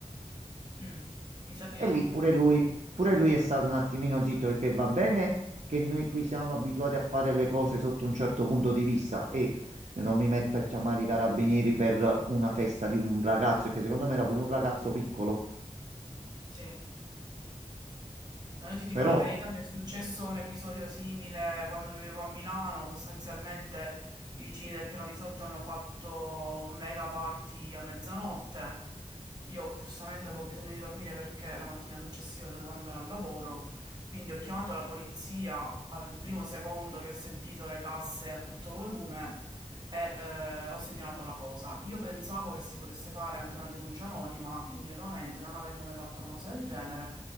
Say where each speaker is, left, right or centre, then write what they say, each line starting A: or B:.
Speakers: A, on the right; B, on the right.
A: Mm, mi sa di
B: E
A: no.
B: lì pure lui, pure lui è stato un attimino zitto perché va bene che noi qui siamo abituati a fare le cose sotto un certo punto di vista e io non mi metto a chiamare i carabinieri per una festa di un ragazzo, che secondo me era pure un ragazzo piccolo,
A: Sì. No, io ti dico
B: però
A: la verità, mi è successo un episodio simile quando vivevo a Milano, sostanzialmente i vicini del piano di sotto hanno fatto un mega party a mezzanotte. Io giustamente avevo bisogno di dormire perché la mattina successiva dovevo andare al lavoro Quindi ho chiamato la polizia al primo secondo che ho sentito le casse a tutto volume e eh, ho segnalato la cosa. Io pensavo che si potesse fare anche una denuncia anonima, ingenuamente, non avendo mai fatto una cosa del genere.